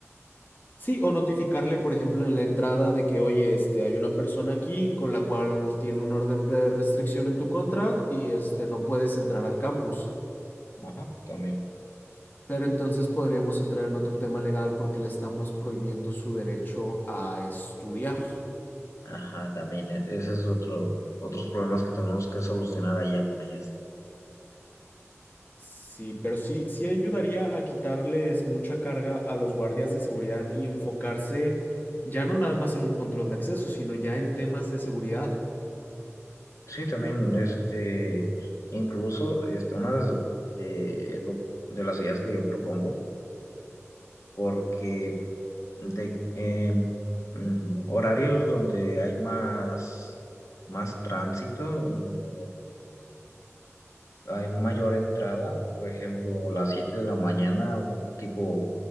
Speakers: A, on the left (about 35°); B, on the left (about 80°).
A: Sí, o notificarle, por ejemplo, en la entrada de que, oye, este, hay una persona aquí con la cual tiene un orden de restricción en tu contra y este, no puedes entrar al campus.
B: Ajá, también.
A: Pero entonces podríamos entrar en otro tema legal porque le estamos prohibiendo su derecho a estudiar.
B: Ajá, también. e- Ese es otro, otros problemas que tenemos que solucionar allá con ellos.
A: Sí, pero sí, sí ayudaría a quitarles mucha carga a los guardias de seguridad y enfocarse ya no nada más en un control de acceso, sino ya en temas de seguridad.
B: Sí, también, este, incluso, este, una de, de lo, de las ideas que yo propongo, porque de eh, mm, horarios donde hay más, más tránsito o hay mayor entrada, por ejemplo, las 7 de la mañana o tipo